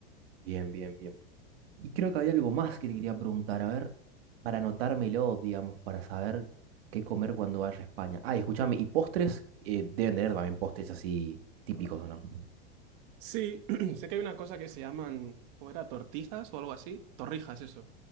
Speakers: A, on the right (about 70°); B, on the right (about 55°).
A: Bien, bien, bien. Y creo que había algo más que te quería preguntar, a ver, para anotármelo, digamos, para saber qué comer cuando vaya a España. Ah, y escúchame, y postres, eh, deben tener también postres así típicos, ¿o no?
B: Sí, <clears throat> sé que hay una cosa que se llaman, ¿cómo era? Tortizas o algo así. Torrijas, eso.